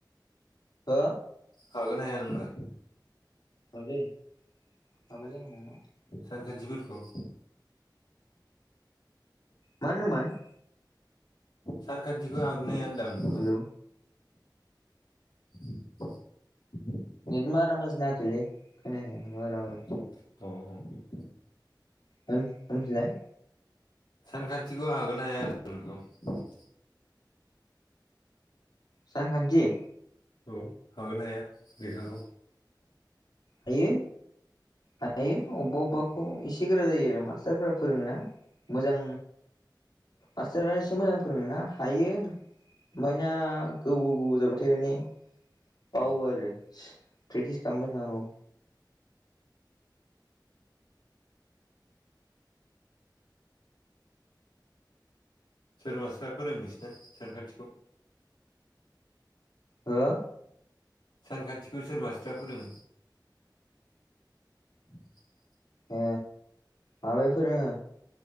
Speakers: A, on the left; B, on the left.
A: हो
B: हागोन ना हाया नोंलाय?
A: आ दे माबल <unintelligible>
B: सानखान्थिफोरखौ
A: माहोनदोंमोन?
B: सानखान्थिखौ हागोन ना हाया होनदों आं नोंखौ?
A: हेलौ
B: <inaudible>
A: नेट बारा मोजां नाङाखिलै खोनायाखै नोंनि बाथ्राफोरखौ।
B: उम उम।
A: होन होनफिनलाय।
B: सानखान्थिखौ हागोना हाया नो औ औ <unintelligible>
A: सानखान्थि?
B: औ हागोना हाया लेखाखौ?
A: हायो हायो अबा अबाखौ इसे गोरा जायो आरो मास्टारफोरा फोरोंङा। मोजां मास्टारा एसे मोजां फोरोङोना हायो। ओमफायना गोबाव गोबाव जाबाथाय माने बावो
B: अ
A: आरो प्रेक्टिस खालामबाय थानांगौ।
B: सोर मास्टारा फोरोङो नोंसिना सानखान्थिखौ?
A: हो?
B: सानखान्थिखौ सोर माषटारा फोरोङो? औ <inaudible>
A: ओ माबाया फोरोङो